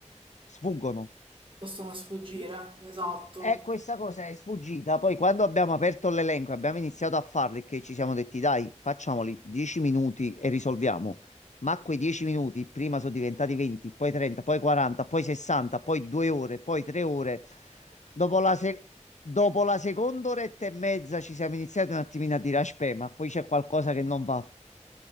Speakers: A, on the left; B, on the right.
A: sfuggono.
B: possono sfuggire, esatto.
A: E questa cosa è sfuggita. Poi quando abbiamo aperto l'elenco, e abbiamo iniziato a farli, che ci siamo detti, dai, facciamoli 10 minuti e risolviamo. Ma quei 10 minuti prima sono diventati 20, poi 30, poi 40, poi 60, poi 2 ore, poi 3 ore. Dopo la, se- dopo la seconda oretta e mezza ci siamo iniziati un attimino a dire, aspetta, ma qui c'è qualcosa che non va.